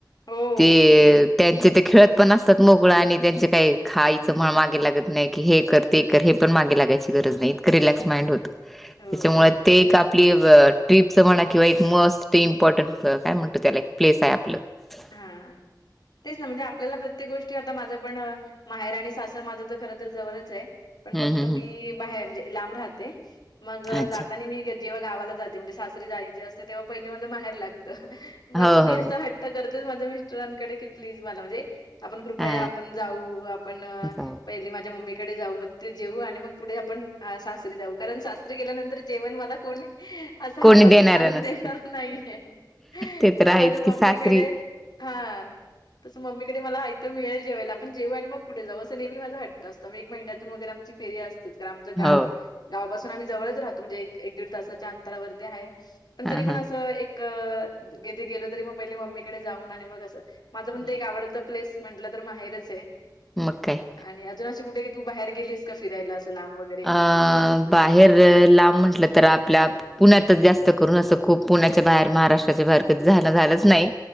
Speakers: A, on the left; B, in the centre.
A: हो,
B: ते त्यांचे ते खेळत पण असतात मोगळा आणि त्यांचे काय खा मागे लागत नाही की हे कर ते कर हे पण मागे लागायची गरज नाही इतकं रिलॅक्स माइंड होतं.
A: हो.
B: त्याच्यामुळे ते का. आपली ट्र्रीपच म्हणा किंवा एक मस्ट इम्पॉर्टंट काय म्हणतो त्याला एक प्लेस आहे आपलं. <inaudible>
A: हां.
B: <unintelligible>
A: तेच ना म्हणजे आपल्याला प्रत्येक गोष्टी आता माझं पण माहेर आणि सासर माझं तर खरंत तर जवळच आहे. पण
B: हम्म
A: फक्त
B: हम्म
A: मी
B: हम्म
A: बाहेर म्हणजे लांब राहते मग
B: अच्छा
A: जातानी मी. जेव्हा गावाला जाते म्हणजे सासरी जायची असते तेव्हा पहिले माझ माहेर लागत मग
B: हो
A: मी
B: हो
A: असं
B: हो
A: हट त्या करतील माझ्या मिस्टरांकडे की प्लीज मला म्हणजे आपण कृपया
B: हा
A: आपण जाऊ, आपण
B: जाऊ.
A: पहिले माझ्या मम मम्मीकडे जाऊ मग ते जेऊ आणि मग पुढे आपण आ, सासरी जाऊ कारण सासरी गेल्यानंतर जेवण मला कोणी असं
B: कोणी
A: हातात
B: देणार
A: आणून
B: नसतं
A: देणारं नाहीये,
B: ते
A: तसं
B: तर आहेच
A: माझे मम्मी
B: की सासरी
A: कडे हा. तसं मम्मीकडे मला माहिती मिळेल जेवायला मग जेव मग कुठे जाऊ तसा मी महिन्यातून एकदा. फेरी असत. ते आमचं गाव
B: हो
A: गावापासून आम्ही जवळच राहतो म्हणजे एक एक दीड तासाच्या अंतरावरती आहे. पण
B: हा
A: तरी पण
B: हा
A: असं एक, गे गेलो तरी मग पहिले मम्मीकडे जाऊन आणि मग असं माझं
B: हम्म.
A: पण ते एक आवडत प्लेस म्हटलं तर माहेरच आहे,
B: मग काय
A: आणि अजून असे कुठे तू बाहेर गेलीस का फिरायला असंब वग
B: अ बाहेर लांब म्हटलं तर आपल्या पुण्यातच जास्त करून असं खूप पुण्याच्या बाहेर महाराष्ट्राच्या बाहेर कधी झालं झालंच नाही.